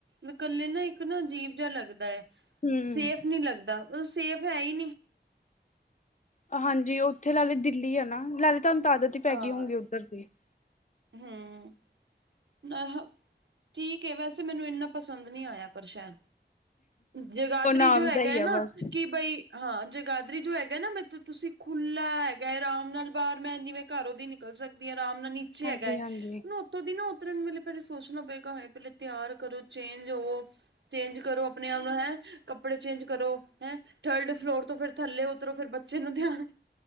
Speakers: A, on the right; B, on the left.
A: ਇਕੱਲੇ ਨਾ ਇੱਕ ਨਾ ਅਜੀਬ ਜਿਹਾ ਲੱਗਦੈ
B: ਹੂੰ।
A: ਸੇਫ ਨੀ ਲੱਗਦਾ ਉਹ ਸੇਫ ਹੈ ਈ
B: ਹਾਂਜੀ ਉੱਥੇ ਲਾ ਦਿੱਲੀ ਆ ਨਾਲੇ ਤੁਹਾਨੂੰ ਆਦਤ ਹੀ ਪੈ
A: ਹਾਂ
B: ਗਈ ਹੋਊਗੀ। <unintelligible>
A: ਹਮ ਆਹਾਂ ਠੀਕ ਹੈ, ਵੈਸੇ ਮੈਨੂੰ ਇੰਨਾ ਪਸੰਦ ਨਹੀਂ‌ ਆਇਆ ਪ੍ਰਸ਼ਾਦ। ਜਗਾਦਰੀ
B: ਉਹ ਨਾਮ
A: ਜੋ ਹੈਗਾ
B: ਦਾ ਹੀ
A: ਹੈ
B: ਆ
A: ਨਾ
B: ਬਸ
A: ਕਿ ਬਈ। ਹਾਂ ਜਗਾਦਰੀ ਜੋ ਹੈਗਾ ਨਾ ਮਤਲਬ ਤੁਸੀਂ ਖੁੱਲ੍ਹਾਂ ਹੈਗਾ ਆਰਾਮ ਨਾਲ ਬਾਹਰ ਮੈਂ ਜਿਵੇਂ ਘਰ ਉਹਦੀ। ਨਿਕਲ ਸਕਦੀ ਹੈ। ਆਰਾਮ ਨਾਲ ਨੀਚੇ
B: ਹਾਂਜੀ
A: ਹੈਗਾ ਹੈ।
B: ਹਾਂਜੀ
A: ਉਹ ਉੱਥੋਂ ਦੀ ਨਾ। ਉਤਰਨ ਨੂੰ ਵੇਲੇ ਪਹਿਲਾਂ ਸੋਚਣਾ ਪਏਗਾ ਹੇ ਪੇਲੇ ਤਿਆਰ ਕਰੋ ਚੇਂਜ ਹੋਵੋ। ਚੇਂਜ ਕਰੋ ਆਪਣੇ ਆਪ ਨੂੰ ਹੈਂ ਕੱਪੜੇ ਚੇਂਜ ਕਰੋ ਹੈਂ ਥਰਡ ਫਲੋਰ ਤੋਂ ਫੇਰ ਥੱਲੇ। ਉਧਰੋ ਫਿਰ ਬੱਚੇ ਨੂੰ ਧਿਆਨ